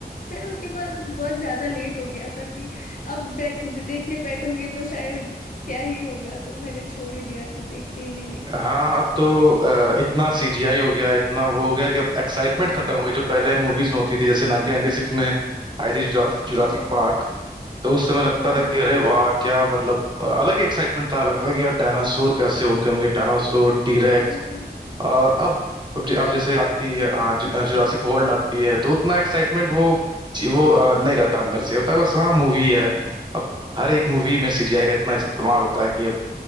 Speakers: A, on the left (about 55°); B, on the right (about 25°).
A: फिर उसके बाद बहुत ज़्यादा लेट हो गया था कि अब बैठ देखने बैठूंगी तो शायद क्या ही होगा तो मैंने छोड़ ही दिया कि देखते ही नहीं है
B: हाँ अब तो अ, इतना सीजीआई हो गया इतना वो हो गया कि अब एक्साइटमेंट
A: हाँ
B: खत्म हो गई जो पहले मूवीज में होती थी जैसे 1996 में आई थी जुरासिक
A: जी
B: पार्क तो उस समय लगता
A: हाँ
B: था कि अरे वाह क्या मतलब अ, अलग ही एक्साइटमेंट था लगता था कि यार डायनासोर कैसे होते होंगे डायनासोर टीरेक्स
A: हाँ हाँ
B: और अब अब, ज- अब
A: तब
B: जैसे आती है हाँ जु, जुरासिक वर्ल्ड आती है तो उतना एक्साइटमेंट वो जी- वो अ, नहीं रहता अंदर से होता है बस हाँ मूवी है अब हर एक मूवी में सीजीआई का इतना इस्तेमाल होता है कि